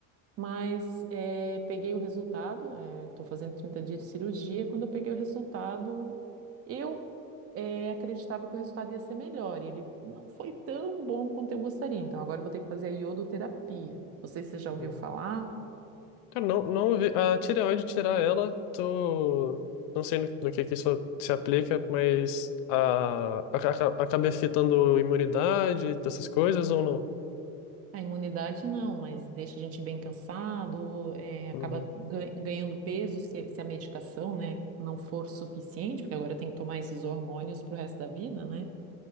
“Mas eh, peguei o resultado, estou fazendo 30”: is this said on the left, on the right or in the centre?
Right